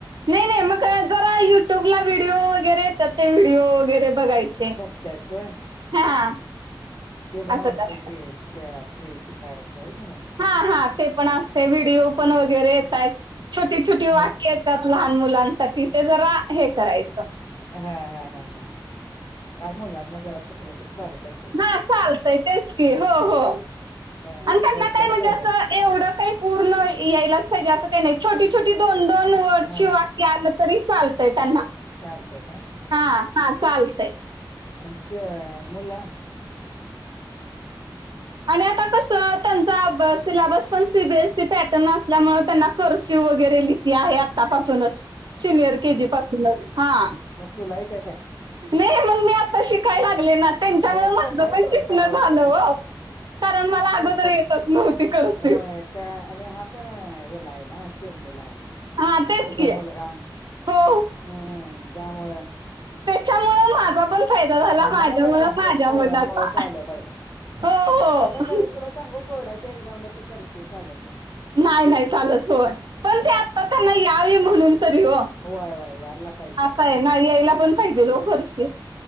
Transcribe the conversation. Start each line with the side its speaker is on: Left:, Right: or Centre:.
Right: नाही नाही, मग काय जरा युट्यूबला व्हिडिओ वगैरे येतात, ते व्हिडिओ वगैरे बघायचे.
Left: बघत्यास होय,
Right: हा
Left: ते बर
Right: असं
Left: असतंय
Right: करायला
Left: की <unintelligible> ते शिकायचं होय का नाही.
Right: हा हा ते पण असतंय. व्हिडिओपण वगैरे येतायत. छोटी छोटी
Left: हो
Right: वाक्य त्यात लहान मुलांसाठी, ते जरा हे करायचं.
Left: हा हा हा हा, काय मुलांना जरा चुकलं तरी चालत अस-
Right: हा चालतंय, तेच की हो हो
Left: अ
Right: आणि त्यांना
Left: रडत्यात
Right: काय म्हणजे असं
Left: ग?
Right: एवढं काही पूर्ण यायलाच पाहिजे, असं काही नाही. छोटी छोटी दोन दोन वरची
Left: हा
Right: वाक्य आलं तरी चालतंय त्यांना.
Left: चालतंय काय?
Right: हा हा, चालतंय.
Left: अच्छा मुला
Right: आणि आता कसं त्यांचा सिलेबस पण सीबीएसई पॅटर्न असल्यामुळं त्यांना कर्स्यू वगैरे आहे आतापासूनच. सिनियर
Left: होय
Right: केजी पासूनच हा.
Left: मग तुला येत्या काय?
Right: नाही मग मी आता शिकाय लागले ना. त्यांच्यामुळं
Left: होय सोपा
Right: म्हटलं
Left: आहे
Right: पण
Left: सोड
Right: शिकण
Left: काय
Right: झालं
Left: अवघड
Right: हो.
Left: नाही
Right: कारण मला
Left: सोप
Right: अगोदर येतच नव्हती कर्सिव.
Left: होय त्या आणि हा पण हेला आहे ना, सेमीला हाय.
Right: हा तेच
Left: तुझा
Right: की
Left: मुलगा,
Right: हो
Left: हं त्यामुळं.
Right: तेच्यामुळे माझा पण फायदा झाला,
Left: आम्हाला
Right: माझ्यामुळं
Left: पण आमच्या
Right: माझ्या
Left: पोरांमुळे
Right: मुलाचा,
Left: चालं बाई
Right: हो हो.
Left: अगं खरं तुला सांगू, बोर्डाच्या एक्झामला ती करशू चालत नाहीत.
Right: न्हाय न्हाय चालत होय, पण ते आता त्यांना यावी म्हणून तरी हो.
Left: होय होय यायला पाहिजे
Right: असं
Left: कि
Right: आहे
Left: ग
Right: ना, यायला पण पाहिजे लोक करसी.